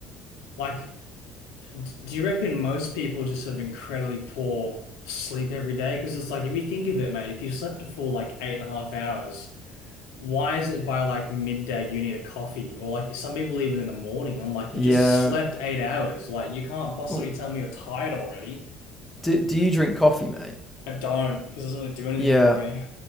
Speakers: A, on the left; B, in the centre.
A: like. Do you reckon most people just have incredibly poor sleep every day? Because it's like, if you think of it, mate, if you slept a full like eight and a half hours, why is it by like midday you need a coffee? Or like some people even in the morning, I'm like,
B: Yeah.
A: you just slept eight hours. Like, you can't possibly
B: Oh,
A: tell me you're tired already.
B: Do, do you drink coffee, mate?
A: I don't, because it doesn't really do anything
B: Yeah.
A: for me.